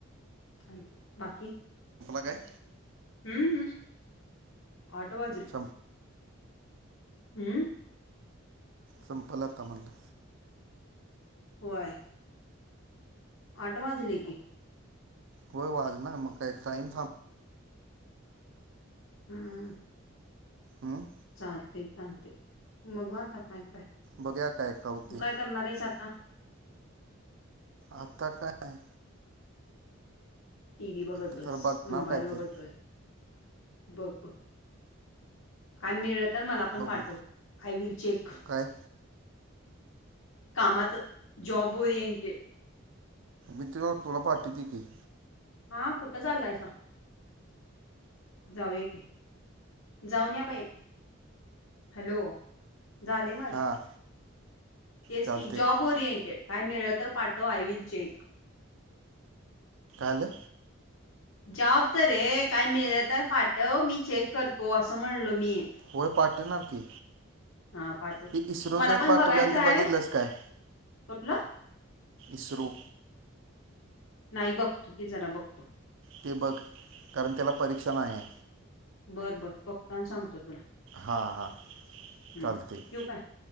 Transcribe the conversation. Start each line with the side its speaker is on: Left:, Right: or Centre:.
Left: चालते बाकी
Right: काय
Left: हम्म हम आठ वाजलं
Right: संप
Left: हम्म
Right: संपल आता म्हणलं
Left: होय आठ वाजले की
Right: हो वाजनार मग काय टाईम थांब
Left: हम्म
Right: हमम
Left: चालते चालते बघु आता काय तु
Right: बघूया काय का होते
Left: काय करणार आहेस आता
Right: आता काय
Left: टी व्ही बघत
Right: आता जरा
Left: बस
Right: बघणार
Left: मोबाईल
Right: काय
Left: बघत
Right: तर
Left: बस ब काय मिळत तर मला आपण
Right: बघू
Left: पाठव आय विल चेक
Right: काय
Left: कामाच जॉब ओरिएंटेड
Right: मी तुला तु पार्टी दे की
Left: हा कुठं चाललायसा जाऊया की जाऊनया बाई हॅलो झालंय माझ
Right: हां
Left: तेच
Right: चालते
Left: कि जॉब रिंटेड काय मिळलं तर पाठव आय विल चेक
Right: काल
Left: जाँबच रे काय मिळलं तर पाठव मी चेक करतो असं म्हणलो मी
Right: हो पाठीवनार की
Left: हा पाठव
Right: ते इस्रोचं
Left: मला
Right: एक
Left: पण
Right: पाठवलेल
Left: बघायचं
Right: ते
Left: आहे
Right: बघितलंस काय
Left: कुठलं
Right: इस्रो
Left: नाही बघतो. की जरा बघतो
Right: ते बघ कारण त्याला परीक्षा नाहीयाय
Left: बरं बरं बघतो आणि सांगतो तुला
Right: हां हां
Left: हम्म
Right: चालतंय.
Left: ठेवू काय